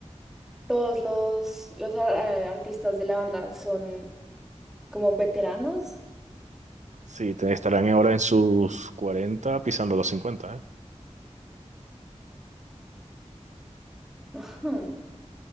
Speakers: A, in the centre; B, on the right.
A: todos los, los a- artistas de la banda son como veteranos?
B: Sí, te- estarán ahora en sus 40 pisando los 50. ¿eh?
A: <laughs> Ajá.